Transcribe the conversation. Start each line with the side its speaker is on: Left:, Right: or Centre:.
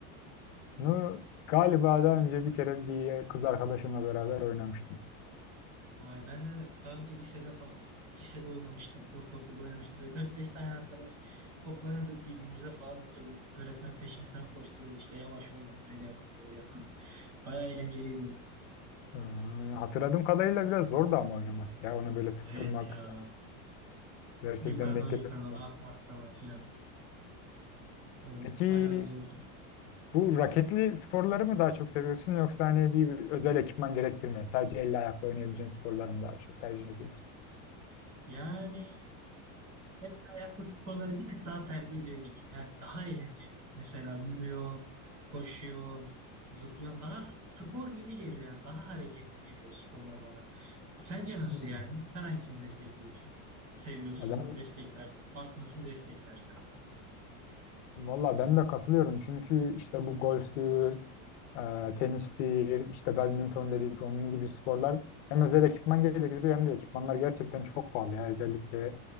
Left: Bunu galiba daha önce bir kere bir kız arkadaşımla beraber oynamıştım.
Right: <laughs> Vay ben de daha önce lisede falan lisede oynamıştım. Ortaokulda oynamıştım. Böyle dört beş tane arkadaş toplanıyorduk birbirimize falan atıyorduk. Öğretmen peşimizden koşturuyordu. işte yavaş oynayın öyle yapın böyle yapın. Bayağı eğlenceliydi.
Left: Ee, hatırladığım kadarıyla biraz zor da ama oynaması ya. Onu böyle tutturmak
Right: Evet ya.
Left: gerçekten
Right: Yukarıdan
Left: denk
Right: yukarıdan
Left: getirmek. lazım.
Right: atmak falan filan. O
Left: Peki
Right: bayağı zordu.
Left: Bu raketli sporları mı daha çok seviyorsun yoksa hani bir özel ekipman gerektirmeyen sadece elle ayakla oynayabileceğin sporları mı daha çok tercih ediyorsun?
Right: Yani el ayaklı sporları bir tık daha tercih ediyor gibiyim. Yani daha eğlenceli. Mesela yürüyorsun, koşuyorsun, zıplıyorsun. Daha spor gibi geliyor yani. Daha hareketli geliyor o sporlar bana. Sence nasıl
Left: Hmm.
Right: yani? Sen hangisini destekliyorsun? Seviyorsun,
Left: Ya Ben,
Right: desteklersin. Artmasını desteklersin.
Left: valla ben de katılıyorum çünkü işte bu golftür, e, tenis değil, işte badminton dedik, onun gibi sporlar hem özel ekipman gerektiriyor hem de ekipmanlar gerçekten çok pahalı. ya. özellikle